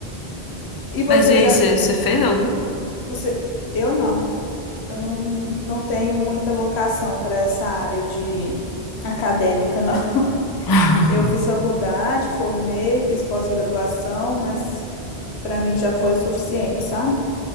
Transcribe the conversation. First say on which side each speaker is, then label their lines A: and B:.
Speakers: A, on the left; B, on the left.
A: E você
B: Mas e
A: já,
B: aí, você fez algum?
A: você, eu não, eu não, não tenho muita vocação para essa área de acadêmica, não. <laughs>
B: <laughs>
A: Eu fiz faculdade, formei, fiz pós-graduação, mas para mim já foi suficiente, sabe?